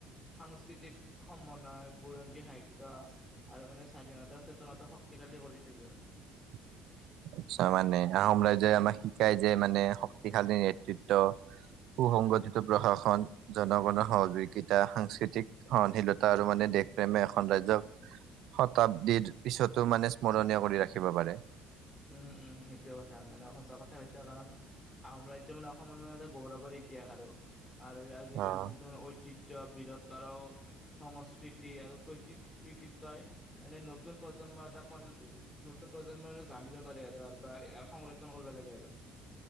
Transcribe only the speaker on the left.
সাংস্কৃতিক সমনয় বুৰঞ্জী সাহিত্যয় আৰু মানে স্বাধীনতাৰ চেতনত শক্তি হালি। কৰিছিল জানো।
উম উম সেইটোোৱে কথা মানে সঁচা কথা কৈছ কাৰণ আহম ৰাজ্য মানে অসমৰ মানে এটা। গৌৰৱৰ ইতিহাস আৰু আৰু ইয়াৰ যিটো
যিটো মানে ঐতিহ্যৰ বিৰ। তাৰাও সংস্। কৃতি আৰু ক কৃতিত তই মানে নতুন প্ৰজন্ম এ তাক মান উ নতুন প্ৰজন্মৰ। জানিব পাৰে আৰু আৰু বা সংৰক্ষণ কৰিব লাগে আৰু